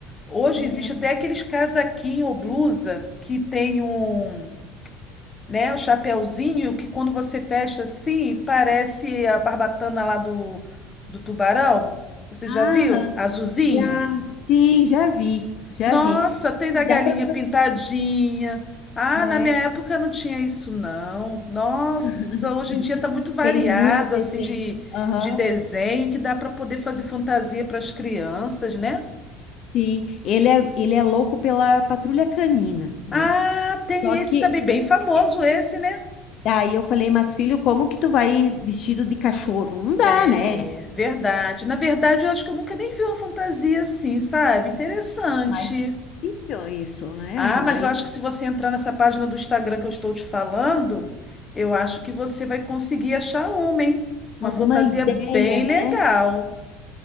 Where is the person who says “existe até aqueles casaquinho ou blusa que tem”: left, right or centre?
Left